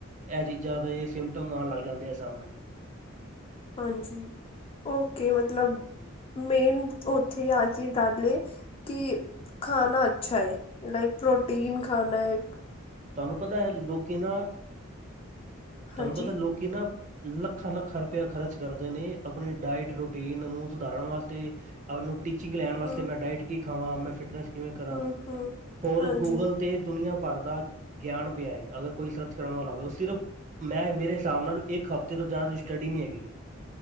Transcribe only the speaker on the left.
ਹਾਂਜੀ ਓਕੇ ਮਤਲਬ ਮੇਨ ਉੱਥੇ ਆ ਕੇ ਗੱਲ ਐ ਕਿ ਖਾਣਾ ਅੱਛਾ ਏ ਲਾਈਕ ਪ੍ਰੋਟੀਨ ਖਾਣਾ ਏ।
ਹਾਂਜੀ
ਹਮ
ਹਮ ਹਮ
ਹਾਂਜੀ